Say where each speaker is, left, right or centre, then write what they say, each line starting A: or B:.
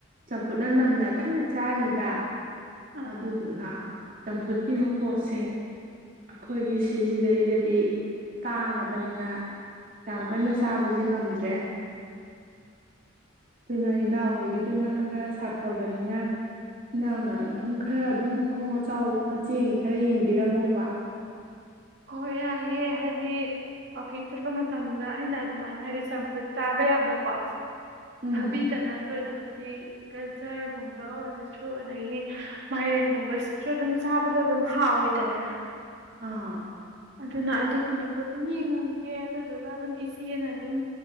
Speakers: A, on the right; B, on the right.
A: ꯆꯝꯐꯨꯠꯅ ꯅꯝꯅ ꯀꯟꯅ ꯆꯥꯔꯤꯕ꯫
B: ꯑꯥ
A: ꯑꯗꯨꯗꯨꯅ ꯆꯝꯐꯨꯠꯀꯤ ꯃꯄꯣꯠꯁꯦ ꯑꯩꯈꯣꯏꯒꯤ ꯁꯤꯁꯤꯗꯩꯗꯗꯤ ꯇꯥꯡꯉꯕꯅꯤꯅ ꯌꯥꯝ ꯀꯟꯅ ꯆꯥꯕꯁꯦ ꯉꯝꯗ꯭ꯔꯦ ꯑꯗꯨꯅ ꯏꯅꯥꯎ ꯍꯣꯏꯒꯤꯗꯨꯅ ꯈꯔ ꯁꯥꯐꯕꯅꯤꯅ ꯏꯅꯥꯎꯅ ꯑꯗꯨꯝ ꯈꯔ ꯑꯗꯨꯝ ꯑꯍꯣꯡ ꯑꯆꯥꯎ ꯅꯆꯦꯒꯤ ꯈꯔ ꯌꯦꯡꯕꯤꯔꯝꯃꯣꯕ꯫
B: ꯍꯣꯏ ꯌꯥꯏꯑꯦ ꯍꯥꯏꯗꯤ ꯋꯥꯛꯀꯤꯡ ꯆꯠꯄ ꯃꯇꯝꯗꯨꯗ ꯑꯩꯅ ꯑꯗꯨꯃꯥꯏꯅ ꯍꯥꯏꯗꯤ ꯆꯝꯐꯨꯠ ꯆꯥꯕ ꯌꯥꯕꯀꯣ
A: ꯎꯝ
B: ꯊꯕꯤꯇ ꯅꯠꯇ꯭ꯔꯖꯨ <unintelligible> <unintelligible> ꯒꯖꯔꯒꯨꯝꯕ ꯑꯣꯏꯔꯁꯨ ꯑꯗꯒꯤ ꯃꯥꯏꯔꯦꯟꯒꯨꯝꯕꯁꯤꯁꯨ ꯑꯗꯨꯝ ꯆꯥꯕꯗ ꯑꯗꯨꯝ ꯍꯥꯎꯋꯤꯗꯅ꯫
A: ꯑꯥ꯫
B: ꯑꯗꯨꯅ ꯑꯗꯨꯒꯨꯝꯕꯗꯣ ꯑꯗꯨꯝ ꯌꯦꯡꯉꯝꯒꯦ ꯑꯗꯨꯗꯨꯒ ꯑꯗꯨꯝ ꯏꯆꯦꯅ ꯑꯗꯨꯝ